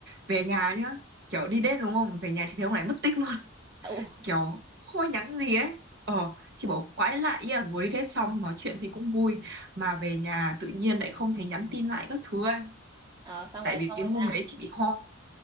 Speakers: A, on the right; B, on the right.
A: về nhà nhá kiểu đi đến đúng không về nhà chị thấy ông này mất tích luôn <laughs>
B: Ồ,
A: kiểu không ai nhắn gì ấy ờ chị bảo quái lạ ý à vừa đi đến xong nói chuyện thì cũng vui mà về nhà tự nhiên lại không thấy nhắn tin lại các thứ ấy
B: ờ, xong
A: tại
B: rồi xong
A: vì
B: rồi
A: hôm
B: sao?
A: đấy chị bị ho